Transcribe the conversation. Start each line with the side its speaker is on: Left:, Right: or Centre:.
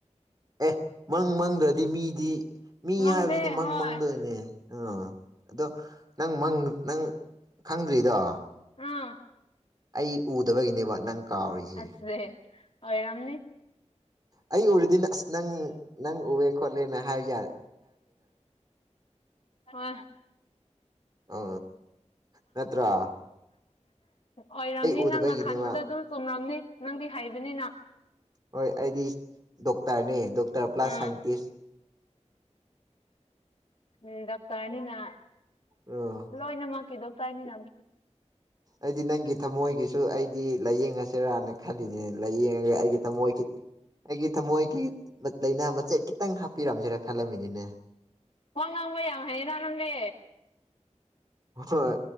Right: ꯑꯦ ꯃꯪ ꯃꯪꯗ꯭ꯔꯗꯤ ꯃꯤꯗꯤ ꯃꯤ
Left: ꯈꯪꯗꯦ
Right: ꯍꯥꯏꯕꯁꯤꯗꯤ ꯃꯪ
Left: ꯍꯣꯏ
Right: ꯃꯪꯗ꯭ꯔꯅꯦ ꯑꯥ ꯑꯗꯣ ꯅꯪꯪ ꯅꯪ ꯈꯪꯗ꯭ꯔꯤꯗꯣ
Left: ꯎꯝ
Right: ꯑꯩ ꯎꯗꯕꯒꯤꯅꯦꯕ ꯅꯪ ꯀꯥꯎꯔꯤꯁꯦ
Left: ꯑꯁꯦ ꯑꯣꯏꯔꯝꯅꯤ
Right: ꯑꯩ ꯎꯔꯤꯗꯤ ꯑꯁ ꯅꯪ ꯅꯪ ꯎꯑꯦ ꯈꯣꯠꯂꯦꯅ ꯍꯥꯏ ꯌꯥꯔꯦ
Left: ꯎ ꯑ
Right: ꯑ ꯅꯠꯇ꯭ꯔ
Left: ꯑꯣꯏꯔꯝꯅꯤ
Right: ꯎꯗꯕꯒꯤꯅꯦꯕ
Left: ꯅꯪꯅ ꯈꯟꯕꯗ ꯑꯗꯨꯝ ꯆꯨꯝꯔꯝꯅꯤ ꯅꯪꯗꯤ ꯍꯥꯏꯕꯅꯤꯅ
Right: ꯍꯣꯏ ꯑꯩꯗꯤ ꯗꯣꯛꯇꯔꯅꯦ ꯗꯣꯛꯇꯔ ꯄ꯭ꯂꯁ
Left: ꯑꯥ
Right: ꯁꯥꯏꯟꯇꯁ
Left: ꯎ ꯗꯣꯛꯇꯔꯅꯤꯅ
Right: ꯑꯥ
Left: ꯂꯣꯏꯅꯃꯛꯀꯤ ꯗꯣꯛꯇꯔꯅꯤꯅ
Right: ꯑꯩꯗꯤ ꯅꯪꯤ ꯊꯝꯃꯣꯏꯒꯤꯁꯨ ꯑꯩꯗꯤ ꯂꯥꯏꯌꯦꯡꯉꯁꯤꯔꯅ ꯈꯜꯂꯤꯅꯦ ꯂꯥꯏꯌꯦꯡꯉꯒ ꯑꯩꯒꯤ ꯊꯝꯃꯣꯏꯒꯤ ꯑꯩꯒꯤ ꯊꯝꯃꯣꯏꯒꯤ ꯂꯥꯏꯅꯥ ꯃꯆꯦꯠ ꯈꯤꯇꯪ ꯍꯥꯞꯄꯤꯔꯝꯁꯤꯦꯔ ꯈꯜꯂꯝꯃꯤꯅꯤꯅꯦ
Left: ꯋꯥ ꯉꯥꯡꯕ ꯌꯥꯝ ꯍꯥꯏꯩꯌꯦꯅ ꯅꯪꯒꯤ
Right: ꯍꯣꯏ